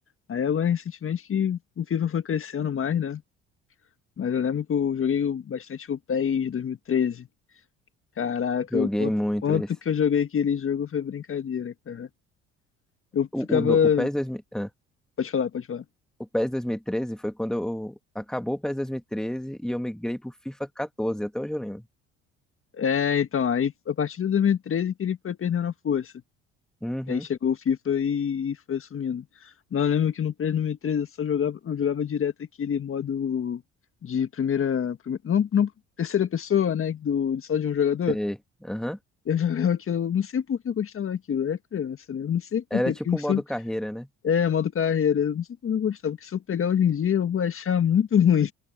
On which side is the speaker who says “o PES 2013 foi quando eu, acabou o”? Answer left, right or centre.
Centre